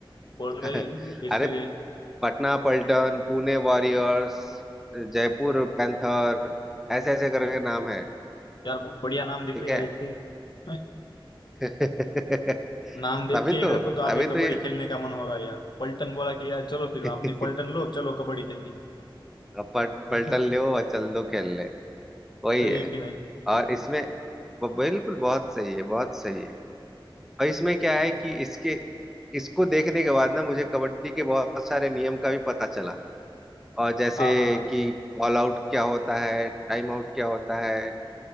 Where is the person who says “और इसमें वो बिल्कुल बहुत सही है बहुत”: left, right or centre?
Centre